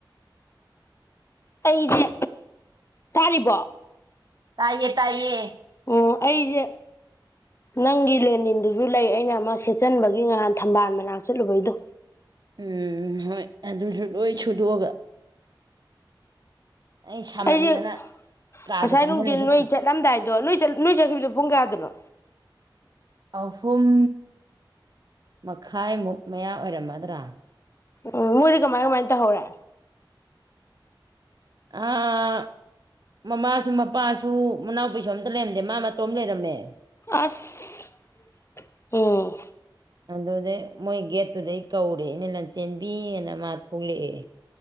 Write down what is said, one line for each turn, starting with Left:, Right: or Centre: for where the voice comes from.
Left: ꯑꯩꯖꯦ ꯇꯥꯔꯤꯕꯣ
Right: ꯇꯥꯏꯌꯦ ꯇꯥꯏꯌꯦ
Left: ꯑꯣ ꯑꯩꯖꯦ ꯅꯪꯒꯤ ꯂꯦꯟꯅꯤꯟꯗꯨꯖꯨ ꯂꯩ ꯑꯩꯅ ꯑꯃ ꯁꯦꯠꯆꯟꯕꯒꯤ ꯉꯍꯥꯟ ꯊꯝꯕꯥꯜ ꯃꯅꯥꯛ ꯆꯠꯂꯨꯕꯩꯗꯣ
Right: ꯎꯝ ꯍꯣꯏ ꯑꯗꯨꯖꯨ ꯂꯣꯏ ꯁꯨꯗꯣꯛꯑꯒ ꯑꯩ ꯁꯥꯃꯟꯗꯅ
Left: ꯑꯩꯁꯦ
Right: ꯀꯥꯗ
Left: ꯉꯁꯥꯏ
Right: ꯆꯪꯁꯤꯜꯂ
Left: ꯅꯨꯡꯗꯤꯟ
Right: ꯍꯤꯞꯄꯤ
Left: ꯅꯣꯏ ꯆꯠꯂꯝꯗꯥꯏꯗꯣ ꯅꯣꯏ ꯆꯠ ꯅꯣꯏ ꯆꯠꯈꯤꯕꯗꯣ ꯄꯨꯡ ꯀꯌꯥꯗꯅꯣ
Right: ꯑꯧ ꯄꯨꯡ ꯃꯈꯥꯏꯃꯨꯛ ꯃꯌꯥ ꯑꯣꯏꯔꯝꯃꯗ꯭ꯔꯥ
Left: ꯑꯣ ꯃꯣꯏꯗꯤ ꯀꯃꯥꯏ ꯀꯃꯥꯏ ꯇꯧꯍꯧꯔꯦ
Right: ꯑꯥ ꯃꯃꯥꯖꯨ ꯃꯄꯥꯖꯨ ꯃꯅꯥꯎꯄꯤꯖꯨ ꯑꯝꯇ ꯂꯩꯔꯝꯗꯦ ꯃꯥ ꯃꯇꯣꯝ ꯂꯩꯔꯝꯃꯦ
Left: ꯑꯁ ꯑꯣ
Right: ꯑꯗꯨꯗꯩ ꯃꯣꯏ ꯒꯦꯠꯇꯨꯗꯩ ꯀꯧꯔꯦ ꯑꯩꯅ ꯂꯟꯆꯦꯟꯕꯤꯑꯦꯅ ꯃꯥ ꯊꯣꯛꯂꯛꯑꯦ